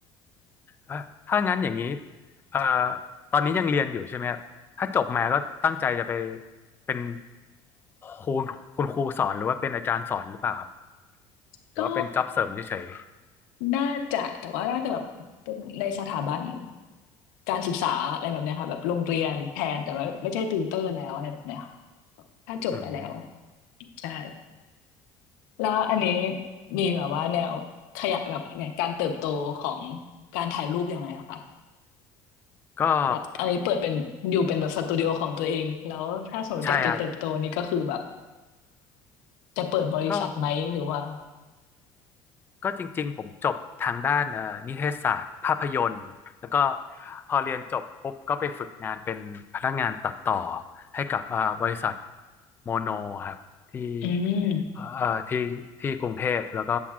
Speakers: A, on the left (about 20°); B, on the left (about 90°).
A: อ่ะถ้างั้นอย่างนี้เอ่อตอนนี้ยังเรียนอยู่ใช่ไหมครับถ้าจบมาก็ตั้งใจจะไปเป็นครูคุณครูสอนหรือว่าเป็นอาจารย์สอนหรือเปล่าครับ หรือว่าเป็นจ็อบเสริมเฉย
B: ก็น่าจะแต่ว่าน่าจะแบบเป็นในสถาบันการศึกษาอะไรแบบเนี้ยค่ะแบบโรงเรียนแทนแต่ว่าไม่ใช่ติวเตอร์แล้วอะไรแบบเนี้ยค่ะถ้าจบไปแล้ว
A: ๆอืม
B: ใช่แล้วอันนี้มีแบบว่าแนวขยะแบบไงการเติบโตของการถ่ายรูปยังไงอะคะ
A: ก็
B: แบบอันนี้เปิดเป็นอยู่เป็นแบบสตูดิโอของตัวเองแล้วถ้าสมมติอยากจะเติบโตนี่ก็คือแบบ
A: ใช่ครับ
B: จะเปิดบริษัทไหมหรือว่า
A: ก็ ก็จริงๆผมจบทางด้านเอ่อนิเทศศาสตร์ภาพยนตร์แล้วก็พอเรียนจบปุ๊บก็ไปฝึกงานเป็นพนักงานตัดต่อให้กับเอ่อบริษัทโมโนครับที่
B: อืม
A: เอ่อที่ที่กรุงเทพแล้วก็